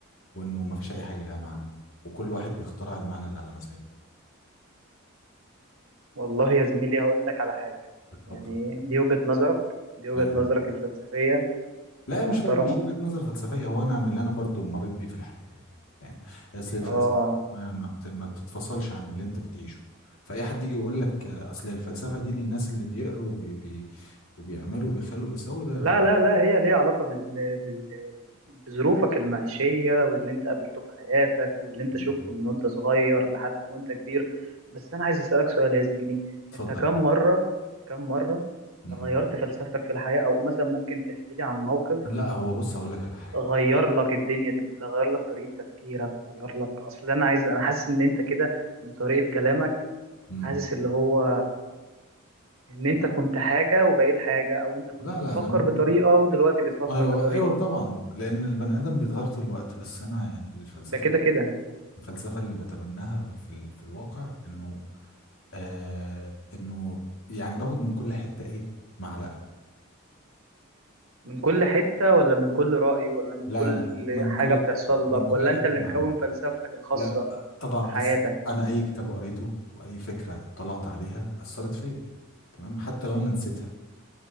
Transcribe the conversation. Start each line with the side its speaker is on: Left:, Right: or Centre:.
Left: وإنه مفيش أي حاجة لها معنى وكل واحد بيخترع المعنى اللي على مزاجه
Right: والله يا زميلي هقول لك على حاجة
Left: اتفضل
Right: يعني دي وجهة نظرك دي وجهة
Left: أيوه
Right: نظرك الفلسفية
Left: لا
Right: المحترمة
Left: هي مش فرق مش وجهة نظر فلسفية هو أنا من اللي أنا برضو مريت بيه في الحياة يعني فاهم أصل الفلسفة
Right: اه
Left: ما ما بت- ما بتتفصلش عن اللي أنت بتعيشه فأي حد يجي يقول لك آه، أصل الفلسفة دي للناس اللي بيقروا وبي... بي... وبيعملوا وبيخلوا بيسووا ده
Right: لا لا لا هي ليها علاقة بال... بال... بظروفك المعيشية واللي انت قابلته في حياتك واللي انت
Left: مم.
Right: شفته من وانت صغير لحد وانت كبير بس انا عايز اسألك سؤال يا زميلي
Left: اتفضل
Right: انت كم مرة كم مرة
Left: مم.
Right: غيرت فلسفتك في الحياة او مثلا ممكن تحكي لي عن موقف
Left: لا هو بص هقول لك على حاجة
Right: غير لك الدنيا دي كلها غير لك طريقة تفكيرك غير لك اصل انا عايز انا حاسس ان انت كده من طريقة كلامك
Left: مم.
Right: حاسس اللي هو ان انت كنت حاجة وبقيت حاجة او انت كنت
Left: لا
Right: بتفكر
Left: لا انا ممكن
Right: بطريقة ودلوقتي بتفكر
Left: ايوه
Right: بطريقة
Left: ايوه طبعا لان البني ادم بيتغير طول الوقت بس انا يعني الفلسفه
Right: ده كده كده
Left: الفلسفه اللي بتبناها في ال- في الواقع انه آه انه يعني باخد من كل حته ايه معلقه
Right: من كل حتة ولا من كل رأي ولا من
Left: لا
Right: كل
Left: لا من
Right: حاجة
Left: كل
Right: بتحصل
Left: من
Right: لك
Left: كل
Right: ولا
Left: حته
Right: انت اللي
Left: معلقه
Right: مكون فلسفتك الخاصة
Left: لا طبعا
Right: بحياتك
Left: بص انا اي كتاب قريته واي فكره اطلعت عليها اثرت فيا تمام حتى لو انا نسيتها